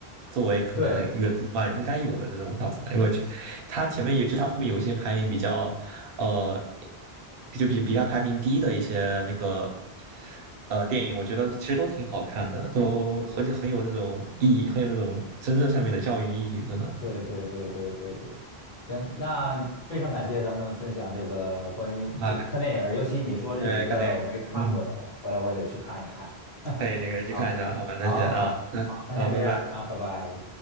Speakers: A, on the right; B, on the left.
A: 作为可能一个动漫应该有的这种票房，
B: 对
A: 因为我觉得它前面也就它后面有一些排名比较呃，比就比比它排名低的一些那个呃电影，我觉得其实都挺好看的，都而且很有那种意义，很有那种真正上面的教育意义，真的。
B: 对对对对对对对，行，那非常感谢咱们分享这个关于这个看电影儿尤其你说这几个我没看过的，
A: 啊因对，可能嗯，
B: 回来我也得去看一看。<laughs>
A: 可以那个去看一下，
B: 好，
A: 好吧，那先啊，
B: 好，好，
A: 那好，
B: 好，那先这样啊，
A: 拜拜。
B: 拜拜。